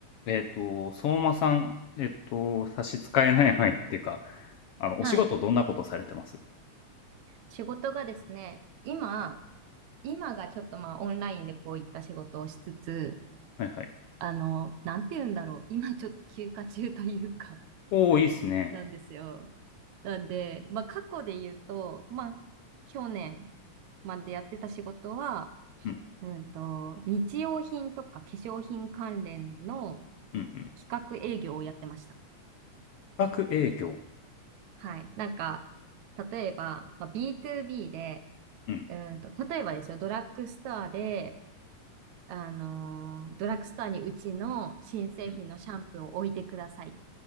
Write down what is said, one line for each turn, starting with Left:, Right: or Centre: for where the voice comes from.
Left: えっと、相馬さん、えっと、差し支えない範囲っていうか、あの、お仕事どんなことされてます
Right: はい。仕事がですね、今、今がちょっとまあオンラインでこういった仕事をしつつ、
Left: はいはい。
Right: あの、なんて言うんだろう。今ちょっと休暇中というか、
Left: おーいいっすね。
Right: なんですよ。なんで、まあ過去で言うと、まあ去年までやってた仕事は、
Left: うん、
Right: うんと、日用品とか化粧品関連の
Left: うん、うん。
Right: 企画営業をやってました。
Left: 企画営業。
Right: はい。なんか、例えば、まあ、B2B で、
Left: うん、
Right: うーんと、例えばですよ、ドラッグストアで、あの、ドラッグストアにうちの新製品のシャンプーを置いてくださいっ
Left: うん。